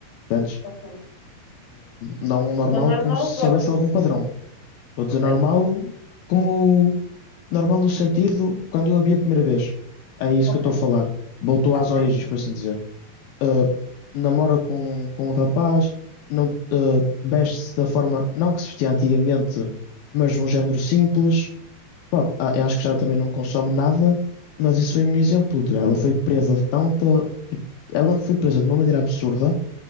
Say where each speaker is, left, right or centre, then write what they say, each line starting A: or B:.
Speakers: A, on the left (about 80°); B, on the left (about 40°).
A: Antes,
B: ok.
A: não um normal
B: Para normal,
A: como se soubesse
B: gótico.
A: algum padrão. Estou a dizer
B: Ok,
A: normal, como normal no sentido quando eu a vi a primeira vez. É isso
B: ok,
A: que eu estou a falar. Voltou
B: ok.
A: às origens, por assim dizer. Ah, namora com, com um rapaz, não, ah, veste-se da forma, não que se vestia antigamente, mas de um género simples. Bom, a- eu acho que já também não consome nada, mas isso foi um exemplo de ela foi presa de tanta. tipo, Ela foi presa de uma maneira absurda